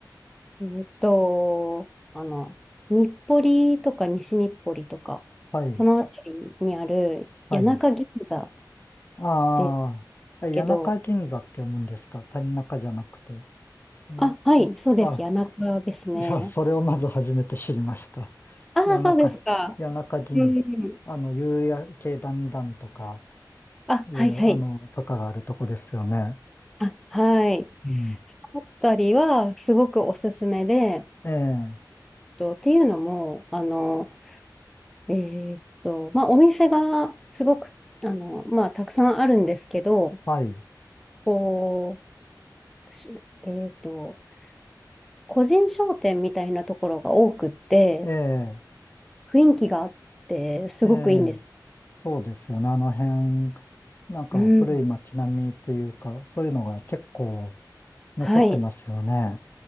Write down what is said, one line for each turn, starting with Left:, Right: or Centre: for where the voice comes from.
Centre: えっと、あの、日暮里とか西日暮里とか、
Left: はい、
Centre: そのあたりにある谷中銀座
Left: はい。ああ、
Centre: ですけど、
Left: 谷中銀座って読むんですか谷中じゃなくて。ね、
Centre: あ、はい、そうです。
Left: あ、
Centre: 谷中ですね。
Left: いや、それをまず初めて知りました。
Centre: ああ、
Left: 谷中、
Centre: そうですか。
Left: 谷中銀、
Centre: うん。
Left: あの、夕焼けだんだんとか、
Centre: あ、
Left: いう、
Centre: はい、はい。
Left: あの、坂があるとこですよね。
Centre: あ、はい。
Left: うん。
Centre: そのあたりは、すごくおすすめで、
Left: ええ、
Centre: とっていうのも、あの、えーっと、まあ、お店がすごく、あの、まあ、たくさんあるんですけど、
Left: はい。
Centre: こう、しえーっと、個人商店みたいなところが多くって、
Left: ええ、
Centre: 雰囲気があって、すごくいいんです。
Left: ええ、そうですよね。あの辺、なんか古い街並みというか、
Centre: うん。
Left: そういうのが結構
Centre: はい。
Left: 残ってますよね。